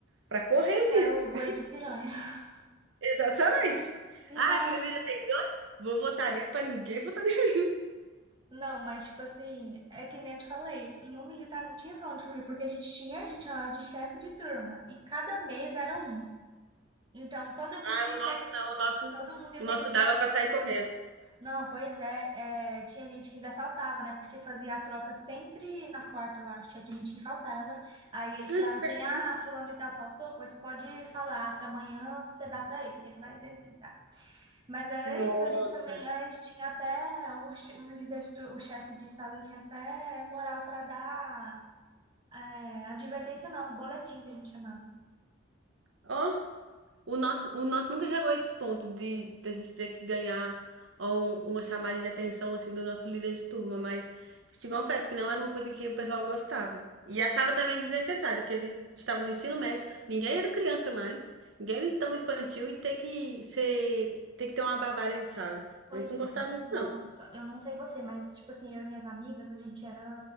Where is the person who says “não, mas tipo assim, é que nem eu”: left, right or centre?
Right